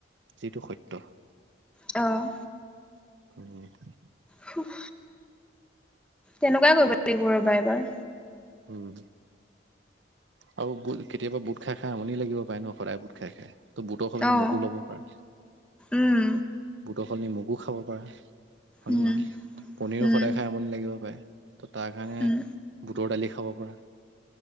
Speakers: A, on the right (about 70°); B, in the centre.
A: যিটো সত্য।
B: অঁ।
A: উম।
B: হুহ তেনেকুৱাই কৰিব লাগিব ৰ'বা এবাৰ।
A: উম। আৰু বুট কেতিয়াবা বুট খাই খাই আমুনি লাগিব পায় ন সদায় বুট খাই খাই। ত' বুটৰ সলনি
B: অ
A: মগু লব পাৰা।
B: উম
A: বুটৰ সলনি নিমখো খাব পাৰে হয়
B: উম
A: নে নহয়? পনীৰো
B: উম
A: সদায় খাই আমনি লাগিব পাৰে। ত তাৰ কাৰণে
B: উম
A: বুটৰ দালি খাব পাৰা।